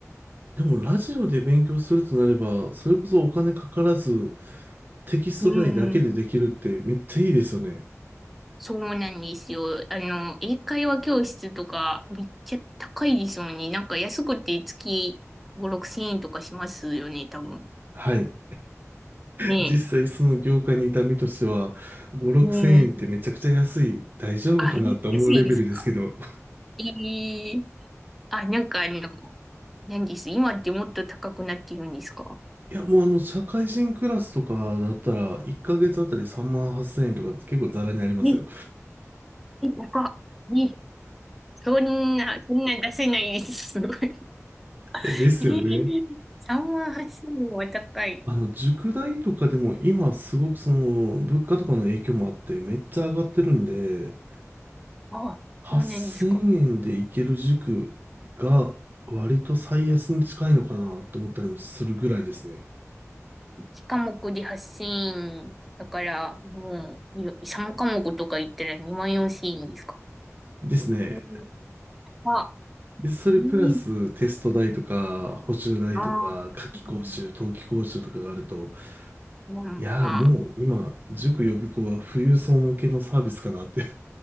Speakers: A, on the right (about 35°); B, in the centre.
A: でもラジオで勉強するとなれば、それこそお金かからず、テキスト代だけでできるってめっちゃいいですよね。
B: うん。そうなんですよ。あの、英会話教室とかめっちゃ高いですもんね。なんか安くて月5、6千円とかしますよね、多分。
A: はい。
B: ね
A: 実際その業界にいた身としては、5、6千円ってめちゃくちゃ安い、
B: え。うん。
A: 大丈夫かなって思うレベルですけど。
B: あ、え安いですかええあ、なんかあの、何です。今ってもっと高くなってるんですか
A: いや、もうあの、社会人クラスとかだったら、1ヶ月あたり3万8 0円とか結構ザラにありますよ。
B: ね、え高っ。ねそんな、そんな出せないです。すごい。
A: えですよね。
B: えー、3万8000は高い。
A: あの、塾代とかでも今すごくその、物価とかの影響もあってめっちゃ上がってるんで、
B: あそうなんですか。
A: 8000円で行ける塾が割と最安に近いのかなと思ったりもするぐらいですね。
B: 1科目で8000だから、もう、い3科目とか言ったら2万4000円ですか。
A: ですね。
B: うんあ、
A: で、それプラステスト代とか補習代とか夏季講習、
B: うん、ああ、うん
A: 冬季講習とかがあると、
B: まあ、
A: いやーもう今、
B: まあ、
A: 塾予備校は富裕層向けのサービスかなって